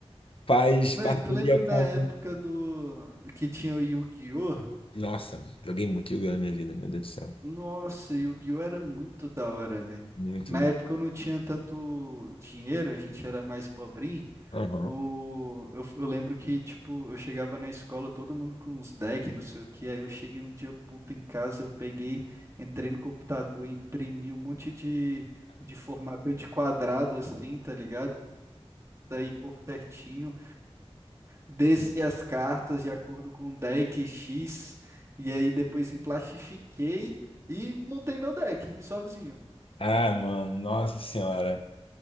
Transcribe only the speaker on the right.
Não,
e tu lembra
na época do que tinha o Yu-Gi-Oh?
Nossa, o Yu-Gi-Oh era muito da hora, velho.
Na
época eu não tinha tanto dinheiro, a gente era mais pobrinho.
O... Eu, eu lembro que, tipo, eu chegava na escola, todo mundo com uns decks, não sei o que. Aí eu cheguei um dia puto em casa, eu peguei, entrei no computador, imprimi um monte de, de formato de quadrado assim, tá ligado? Daí cor certinho. Desci as cartas de acordo com o deck X, e aí depois emplastifiquei e montei meu deck sozinho.